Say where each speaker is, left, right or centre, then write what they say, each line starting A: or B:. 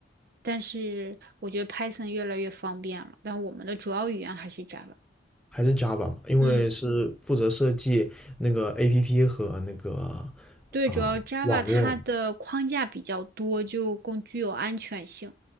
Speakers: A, on the right; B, in the centre.
A: 但是我觉得 Python 越来越方便了，但我们的主要语言还是 Java。
B: 还是 Java 嘛？因为是负责设计那个
A: 嗯。
B: APP 和那个
A: 对，
B: 啊、
A: 主要 Java
B: 网络嘛
A: 它的框架比较多，就更具有安全性。